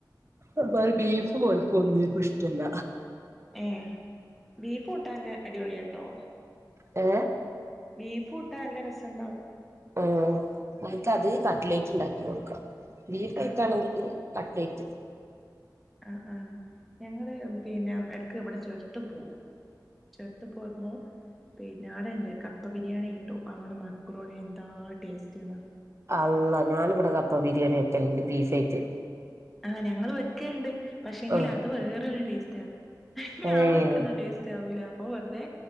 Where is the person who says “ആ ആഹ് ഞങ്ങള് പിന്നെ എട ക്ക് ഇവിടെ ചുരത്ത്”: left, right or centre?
Centre